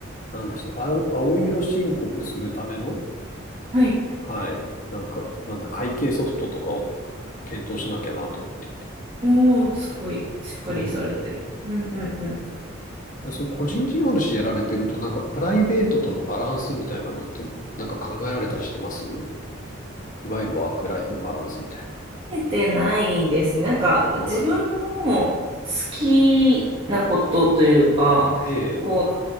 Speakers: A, on the left; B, on the right.
A: 何でした青、青色申告するための、
B: はい。
A: はい。なんか、なんだ、会計ソフトとかを検討しなきゃなと思っていて。
B: おー、すごいしっかりされてる。
A: うん。
B: うんうんうん。
A: そう、個人事業主やられてると、なんかプライベートとのバランスみたいなのって、なんか考えられたりしてますいわゆるワークライフバランスみたいな。
B: えてないですね。なんか、自分の好
A: はい。
B: きなことというか、
A: ええ、
B: こ